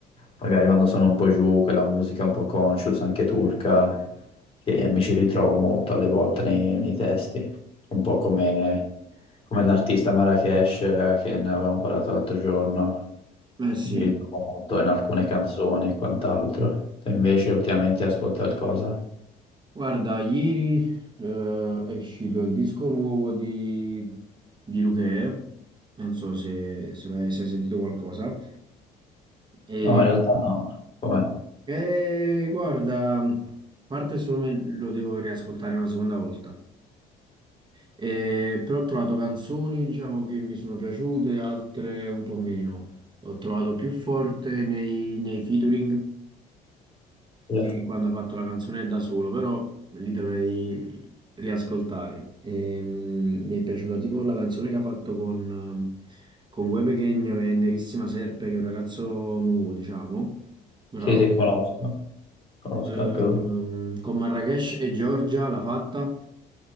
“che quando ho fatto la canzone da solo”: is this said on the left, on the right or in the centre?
Right